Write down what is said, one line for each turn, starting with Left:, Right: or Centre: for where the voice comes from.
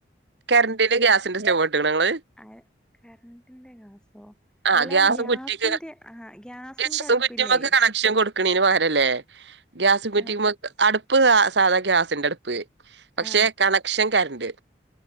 Right: കറന്റിന്റെ ഗ്യാസിന്റെ സ്റ്റവ് കേട്ട്ക്ണോ ഇങ്ങള്
Centre: അങ്ങനെ കറന്റിന്റെ ഗ്യാസോ
Right: ആ
Centre: അല്ലാണ്ട്
Right: ഗ്യാസ്
Centre: ഗ്യാസിന്റെ
Right: കുറ്റിക്ക്
Centre: ആ ഗ്യാസ്
Right: ഗ്യാസും
Centre: സിന്റെ അടുപ്പില്ലേ
Right: കുറ്റിമ്മക്ക് കണക്ഷൻ കൊടുക്കണന് പകരല്ലേ ഗ്യാസ് കുറ്റിമ്മെ
Centre: ആ
Right: അടുപ്പ് സാധാ ഗ്യാസിന്റെ അടുപ്പ് പക്ഷെ
Centre: ആ
Right: കണക്ഷൻ കറന്റ്